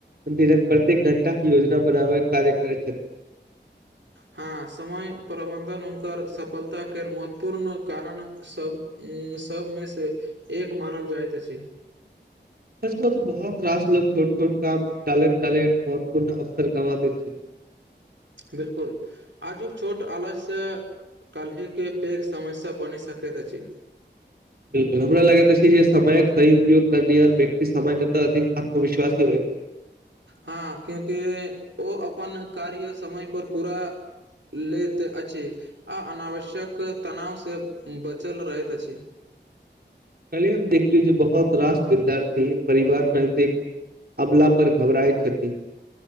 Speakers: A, on the right; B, on the right.
A: दिनक प्रत्येक घंटा के योजना बनाबै कार्य करैत छथि
B: हँ समय प्रबन्धन हुनकर सफलताक के महत्वपूर्ण कारण सब उम्म सबमे से एक मानल जाइत अछि
A: सच कहू त बहुत रास लोक छोट छोट काम टालेत टालेत महत्वपूर्ण अवसर गवा देै छै
B: बिल्कुल आजुक छोट आलस्य काल्हि के पैघ समस्या बनि सकैत अछि
A: बिल्कुल हमरा लगैत छै जे समयक सही उपयग करनिहार व्यक्ति समय त अधिक आत्मविश्वास ही होय
B: हँ क्योंकि ओ अपन कार्य समय पर पूरा लैत अछि आ अनावश्यक तनाव सँ बचल रहैत अछि
A: कल हम देख लियौ जे बहुत रास विद्यार्थी परिवार से नजदीक अबला पर घबराय छथिन